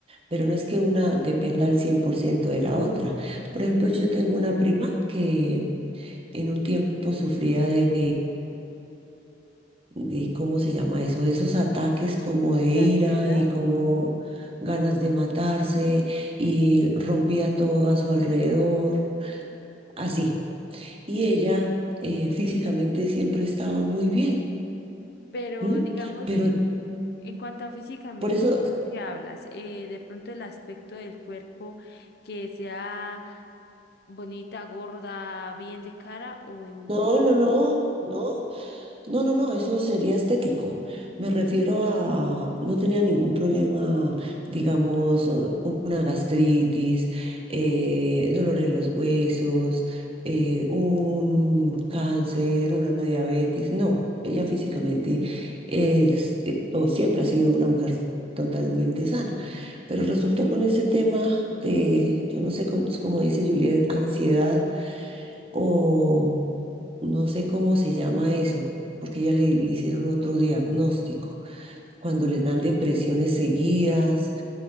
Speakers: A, on the right; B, on the left.
A: Pero no es que una dependa al 100% de la otra. Por ejemplo, yo tengo una prima que
B: Sí.
A: en un tiempo sufría de, de ¿cómo se llama eso? De esos ataques como de ira
B: ¿De ansiedad?
A: y como ganas de matarse
B: Uf,
A: y rompía todo a su alrededor, así. Y
B: sí.
A: ella eh, físicamente siempre estaba muy bien,
B: Pero
A: ¿m?
B: digamos,
A: Pero
B: en, en cuanto a físicamente,
A: por eso,
B: ¿qué hablas? Eh, de pronto el aspecto del cuerpo que sea bonita, gorda, bien de cara o en...
A: no, no, no, no. No, no, no, eso sería estético. Me refiero a, no tenía ningún problema, digamos, u- una gastritis, eh, dolor en los huesos, eh, un cáncer, una diabetes. No, ella físicamente es, eh, o siempre ha sido una mujer totalmente sana. Pero resultó con ese tema de, yo no sé cómo, cómo dice Juliet, ansiedad o no sé cómo se llama eso, porque ya le, le hicieron otro diagnóstico. Cuando les dan depresiones seguidas,